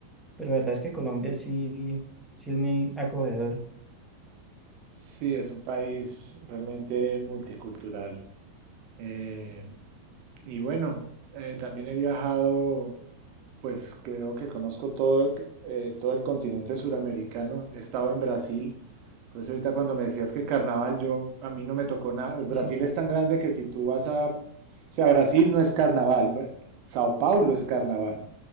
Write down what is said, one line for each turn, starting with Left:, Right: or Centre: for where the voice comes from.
Centre: pero la verdad es que Colombia sí, sí es muy acogedor.
Right: Sí, es un país realmente multicultural. Eh, y bueno, eh, también he viajado Pues creo que conozco todo, eh, todo el continente suramericano. He estado en Brasil. Por eso ahorita cuando me decías que carnaval, yo a mí no me tocó nada. Pues
Centre: Sí,
Right: Brasil
Centre: sí.
Right: es tan grande que si tú vas a... O sea, Brasil no es carnaval. Br- Sao Paulo es carnaval.